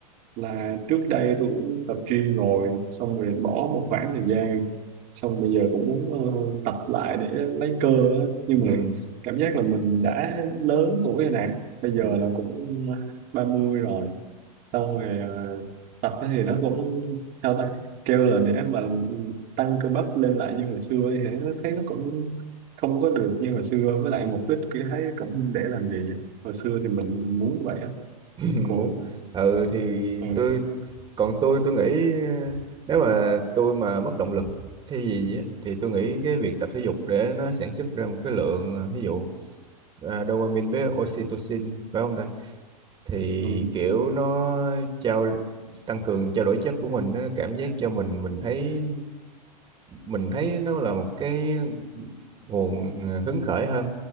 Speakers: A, on the right; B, on the right.
A: là trước đây tôi cũng tập gym rồi xong rồi bỏ một khoảng thời gian xong bây giờ cũng muốn ờ, tập lại để lấy cơ á. nhưng mà
B: ừ,
A: cảm giác là mình đã lớn tuổi rồi nè bây giờ
B: ừ,
A: là cũng 30 rồi xong rồi ờ, tập á thì nó cũng sao ta kêu là để mà tăng cơ bắp lên lại như hồi xưa ấy, thì nó thấy nó cũng không có được như hồi xưa với lại mục đích kia thấy cũng để làm gì á. hồi xưa thì mình mình muốn vậy á
B: <clears throat>
A: còn
B: muốn ừ thì
A: ừ,
B: tôi còn tôi tôi nghĩ ờ, nếu mà tôi mà mất động lực thì gì á thì tôi nghĩ cái việc tập thể dục để nó sản xuất ra một cái lượng ờ, ví dụ à, dopamine với oxytocin phải không ta thì
A: ừ,
B: kiểu nó trao tăng cường trao đổi chất của mình nó cảm giác cho mình mình thấy mình thấy nó là một cái nguồn ờ, hứng khởi hơn